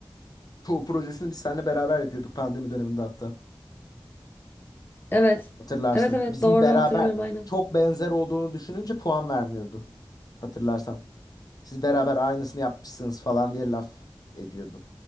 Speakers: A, on the left; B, on the left.
A: çoğu projesini biz seninle beraber yapıyorduk pandemi döneminde hatta.
B: Evet.
A: Hatırlarsın.
B: Evet evet
A: Bizim
B: doğru
A: beraber
B: hatırlıyorum aynen.
A: çok benzer olduğunu düşününce puan vermiyordu. Hatırlarsan. Siz beraber aynısını yapmışsınız falan diye laf ediyordu.